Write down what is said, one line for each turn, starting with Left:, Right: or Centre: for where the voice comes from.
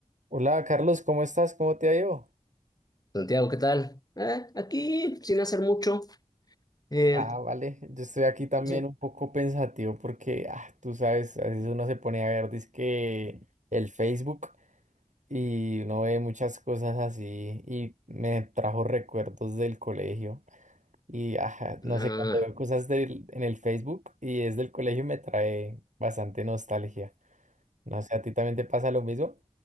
Right: Hola Carlos, ¿cómo estás? ¿Cómo te ha ido?
Left: Santiago, ¿qué tal? Eh, aquí, sin hacer mucho. Eh,
Right: Ah, vale, yo estoy aquí también
Left: sí.
Right: un poco pensativo porque, ah, tú sabes, a veces uno se pone a ver dizque el Facebook y uno ve muchas cosas así y me trajo recuerdos del colegio y, ah, no
Left: Ah,
Right: sé, cuando veo cosas del, en el Facebook y es del colegio me trae bastante nostalgia. No sé, ¿a ti también te pasa lo mismo?